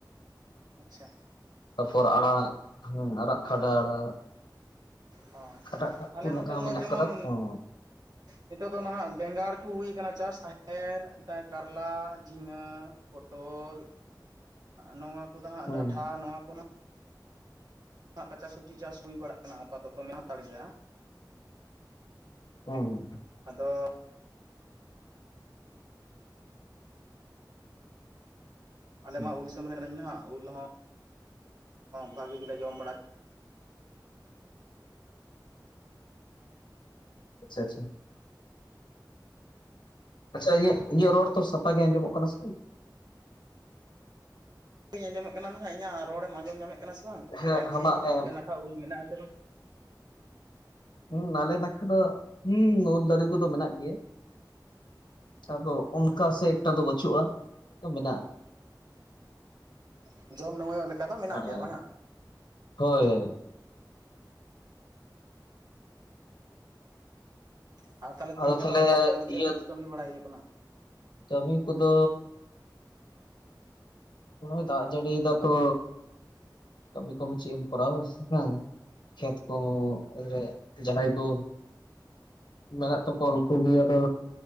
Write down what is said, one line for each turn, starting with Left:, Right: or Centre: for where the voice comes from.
Right: ᱟᱪᱪᱷᱟ
Left: ᱛᱟᱯᱚᱨ ᱟᱲᱟᱜ ᱦᱮᱸ ᱟᱲᱟᱜ ᱠᱷᱟᱰᱟ ᱟᱲᱟᱜ᱾
Right: ᱚ ᱦᱚᱸ
Left: ᱠᱷᱟᱰᱟ ᱟᱲᱟᱜ
Right: ᱟᱞᱮ
Left: ᱠᱚ
Right: ᱱᱚᱛᱮ
Left: ᱞᱟᱜᱟᱣ
Right: ᱫᱚ
Left: ᱢᱮᱱᱟᱜ
Right: ᱡᱮᱢᱚᱱ
Left: ᱠᱟᱫᱟ ᱦᱮᱸ
Right: ᱱᱤᱛᱚᱜ ᱫᱚ ᱱᱟᱦᱟᱜ ᱵᱮᱸᱜᱟᱲ ᱠᱚ ᱦᱩᱭ ᱟᱠᱟᱱᱟ ᱪᱟᱥ ᱛᱟᱦᱮᱨ ᱠᱟᱨᱞᱟ ᱡᱷᱤᱸᱜᱟᱹ ᱯᱚᱴᱚᱞ ᱱᱚᱣᱟ ᱠᱚᱫᱚ ᱦᱟᱸᱜ
Left: ᱦᱩᱸ
Right: ᱰᱟᱴᱷᱟ ᱱᱚᱣᱟ ᱠᱚ ᱱᱟᱜ ᱦᱟᱸᱜ ᱠᱟᱸᱪᱟ ᱥᱚᱵᱽᱡᱤ ᱪᱟᱥ ᱦᱩᱭ ᱵᱟᱲᱟᱜ ᱠᱟᱱᱟ ᱟᱯᱟᱛᱚᱛᱚ ᱢᱮᱱᱟᱜ ᱦᱟᱛᱟᱲ ᱜᱮᱭᱟ᱾
Left: ᱚ
Right: ᱟᱫᱚ ᱟᱞᱮ
Left: ᱦᱩᱸ
Right: ᱢᱟ ᱩᱞ ᱫᱤᱥᱟᱹᱢ ᱨᱮ ᱠᱟᱱᱟᱹᱧ ᱱᱟᱦᱟᱸᱜ ᱩᱞ ᱦᱚᱸ ᱵᱷᱟᱜᱤ ᱜᱮᱞᱮ ᱡᱚᱢ ᱵᱟᱲᱟ
Left: ᱟᱪᱪᱷᱟ ᱟᱪᱪᱷᱟ ᱟᱪᱪᱷᱟ ᱤᱧᱟᱹᱜ ᱤᱧᱟᱹᱜ ᱨᱚᱲ ᱛᱚ ᱥᱟᱯᱷᱟᱜ ᱜᱮ ᱟᱸᱡᱚᱢᱚᱜ ᱠᱟᱱᱟ ᱥᱮ?
Right: ᱵᱟᱹᱧ ᱟᱸᱡᱚᱢᱮᱫ ᱠᱟᱱᱟ ᱱᱟᱦᱟᱸᱜ ᱤᱧᱟᱹᱜ ᱨᱚᱲᱮᱢ ᱟᱸᱡᱚᱢ ᱧᱟᱢᱮᱫ ᱠᱟᱱᱟ ᱥᱮ ᱵᱟᱝ
Left: ᱦᱮᱸ
Right: ᱢᱮᱱᱠᱮᱜ
Left: ᱟᱢᱟᱜ
Right: ᱟᱹᱧ
Left: ᱦᱮᱸ
Right: ᱟᱯᱮ ᱱᱟᱠᱷᱟ ᱩᱞ ᱢᱮᱱᱟᱜᱼᱟ ᱟᱥᱮ ᱵᱟᱝ?
Left: ᱦᱩᱸ ᱟᱞᱮ ᱱᱟᱠᱷᱟ ᱫᱚ ᱦᱮᱸ ᱩᱞ ᱫᱟᱨᱮ ᱠᱚᱫᱚ ᱢᱮᱱᱟᱜ ᱜᱮᱭᱟ᱾ ᱟᱫᱚ ᱚᱱᱠᱟ ᱥᱮ ᱮᱠᱴᱟ ᱫᱚ ᱵᱟᱹᱪᱩᱜᱼᱟ ᱛᱚ ᱢᱮᱱᱟᱜᱼᱟ᱾
Right: ᱦᱮᱸ ᱡᱚᱢ ᱱᱟᱹᱢᱟᱹᱭᱚᱜ ᱞᱮᱠᱟ ᱫᱚ ᱢᱮᱱᱟᱜ
Left: ᱦᱮᱸ
Right: ᱜᱮᱭᱟ ᱵᱟᱝᱟ?
Left: ᱦᱳᱭ ᱦᱳᱭ
Right: ᱦᱮᱸ ᱟᱨ ᱛᱟᱦᱞᱮ ᱛᱤᱦᱤᱧ
Left: ᱟᱫᱚ
Right: ᱜᱟᱯᱟ
Left: ᱛᱟᱦᱚᱞᱮ
Right: ᱫᱚ ᱚᱲᱟᱜ ᱠᱚᱨᱮ ᱫᱚ ᱪᱮᱫ
Left: ᱤᱭᱟᱹ
Right: ᱠᱚ ᱠᱟᱹᱢᱤ ᱵᱟᱲᱟᱭ ᱦᱩᱭᱩᱜ ᱠᱟᱱᱟ?
Left: ᱠᱟᱹᱢᱤ ᱠᱚᱫᱚ ᱱᱚᱼᱚᱭ ᱫᱟᱜ ᱡᱟᱹᱲᱤᱭ ᱮᱫᱟ ᱛᱚ᱾ ᱠᱟᱹᱢᱤ ᱠᱟᱹᱢᱤ ᱪᱮᱫ ᱮᱢ ᱠᱚᱨᱟᱣᱟ ᱥᱮ ᱵᱟᱝ ᱠᱷᱮᱛ ᱠᱚ ᱦᱮᱲᱮᱛ? ᱡᱟᱦᱟᱸᱭ ᱠᱚ ᱢᱮᱱᱟᱜ ᱛᱟᱠᱚᱣᱟ ᱩᱱᱠᱩ ᱜᱮ ᱟᱫᱚ